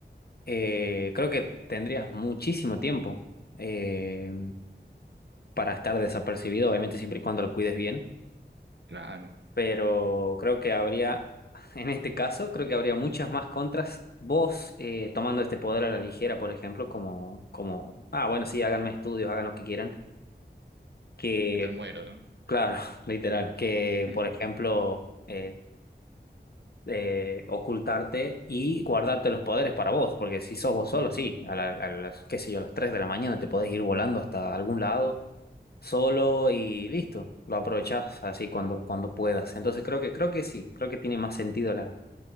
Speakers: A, on the left (about 60°); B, on the right (about 75°).
A: Eh, creo que tendrías muchísimo tiempo eh, para estar desapercibido, obviamente siempre y cuando lo cuides bien,
B: Claro,
A: pero creo que habría, <laughs> en este caso, creo que habría muchas más contras. Vos eh, tomando este poder a la ligera, por ejemplo, como, como, ah, bueno, sí, háganme estudios, hagan lo que quieran que
B: pero qué tal muero, ¿no?
A: Claro, <laughs> literal, que
B: Hmm.
A: por ejemplo eh, eh, ocultarte y guardarte los poderes para vos, porque si sos vos solo, sí, a, la- a las, qué sé yo, a las 3 de la mañana te podés ir volando hasta algún lado solo y listo, lo aprovechás así cuando, cuando puedas. Entonces creo que, creo que sí, creo que tiene más sentido la,